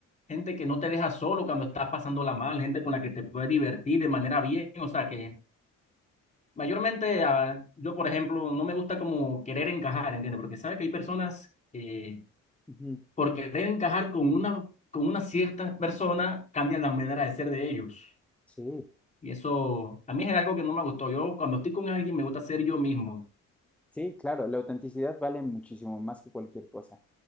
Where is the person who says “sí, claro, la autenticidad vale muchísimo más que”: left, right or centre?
Centre